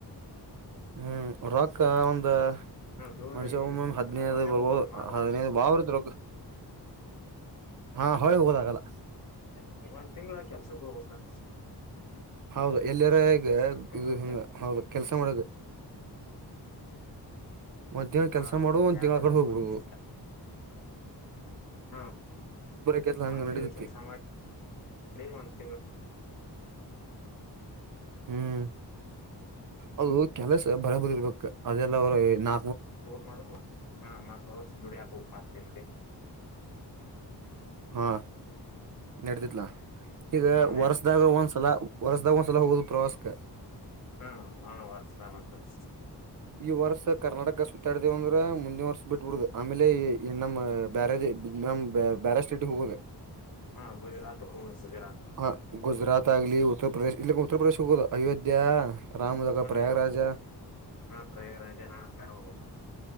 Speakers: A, on the right; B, on the left.
A: ಹ್ಮ್ ರೊಕ್ಕ ಒಂದ
B: ದೂರ
A: ಮನಷ್ಯಾಗ್ ಒಮ್ಮಮ್ಮ ಹದ್ನೈದ
B: ಒಮ್ಮೆ
A: ಅದು ಬರ್ಬೋದ
B: ಹೋಗುದು ಮಾದು
A: ಹದಿನೈದ ಭಾಳ ಬರ್ತೇತ ರೊಕ್ಕ. ಹಾ ಹೊಳಿ
B: ಹ್ಮ್
A: ಹೋಗೋದಾಗಲ್ಲ
B: ಒಂದ ತಿಂಗಳ ಕೆಲ್ಸಕ್ಕ ಹೋಗಬೇಕ.
A: ಹೌದ ಎಲ್ಲಿರ ಇಗ
B: ಒಂದ್ ತಿಂಗಳ
A: ಇದು ಹಿಂಗ್
B: ಕೆಲ್ಸ
A: ಹೌದು ಕೆಲ್ಸ ಮಾಡದ ಒಂದ್ ತಿಂಗಳು
B: ಹಾ
A: ಕೆಲ್ಸ ಮಾಡು ಒಂದ್
B: ಯಾರ
A: ತಿಂಗಳ ಆಕಡ ಹೋಗ್ಬಿಡುದೂ.
B: ಹೋಗಿ ಹಾ
A: ಕೆತ್ಲ ಹಂಗ
B: ಒಂದ್
A: ನಡಿತೈತಿ
B: ತಿಂಗ್ಳ ಕೆಲ್ಸ ಮಾಡಿ ಒಂದ್ ತಿಂಗ್ಳ
A: ಹ್ಮ್ ಅದು ಕೆಲಸ ಬರಬರಿ ಇರ್ಬೇಕ ಅದೆಲ್ಲ ಅವರು ನಾ
B: <unintelligible> ಮಾಡೋದು ಹಂ ಮತ್ತ್ ವರ್ಷ್ ದುಡ್ಯಾಕ್ ಹೋಗ್ ಮತ್ತ್ ಇಲ್ಲೇ.
A: ಹಾ ನಡಿತೇತ್ತ್ಲಾ ಈಗ
B: ಹಾ ನಡಿ
A: ವರ್ಸದಾಗ ಒಂದ್ಸಲ ವರ್ಸದಾಗ ಒಂದ್ಸಲ ಹೋಗೋದು ಪ್ರವಾಸಕ್ಕ
B: ಹ್ಮ ಹಾ ವರ್ಸದಾಗ್ ಒಂದ್ಸಲಾ
A: ಈ ವರ್ಷ ಕರ್ನಾಟಕ ಸುತ್ತಾಡ್ದೇವ ಅಂದ್ರ ಮುಂದಿನ ವರ್ಷ ಬಿಟ್ಬಿಡೋದ ಆಮೇಲೆ ಈ ನಮ್ಮ್ ಬ್ಯಾರೆದ ನಮ್ ಬ್ಯಾ ಬ್ಯಾರೆ ಸ್ಟೇಟ್ಗ್ ಹೋಗೋದ.
B: ಹಾ ಗುಜರಾತ್ ಹೋಗುದು ಗುಜರಾತ್
A: ಹ ಗುಜರಾತ್ ಆಗ್ಲಿ ಊ ಉತ್ತರ ಪ್ರದೇಶ್ ಇಲ್ಲಿಕ್ಕ ಉತ್ತರ ಪ್ರದೇಶ್ ಹೋಗೋದ ಅಯೋಧ್ಯ ರಾಮಯಾಗ್
B: ಹಾ
A: ಪ್ರಯಾಗರಾಜ
B: ಇವ್ ಹಾ ಪ್ರಯಾಗರಾಜ್ ಹಾ ಆಕಡೆ ಹೋಗ್ಬೇಕ್.